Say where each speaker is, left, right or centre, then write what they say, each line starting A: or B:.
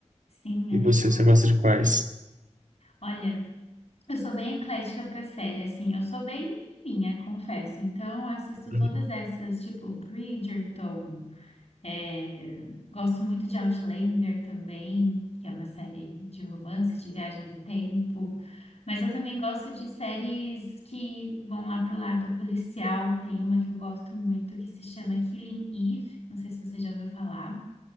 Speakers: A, on the left (about 55°); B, on the right (about 90°).
A: sim,
B: E
A: é
B: você,
A: legal.
B: você gosta de quais?
A: Olha, eu sou bem eclética para série, assim, eu sou bem menininha, confesso. Então, eu assisto
B: Uhum.
A: todas essas, tipo, Bridgerton, É, gosto muito de Outlander também, que é uma série de romance, de viagem do tempo. Mas eu também gosto de séries que vão lá pro lado policial. Tem uma que eu gosto muito que se chama Killing Eve. Não sei se você já ouviu falar.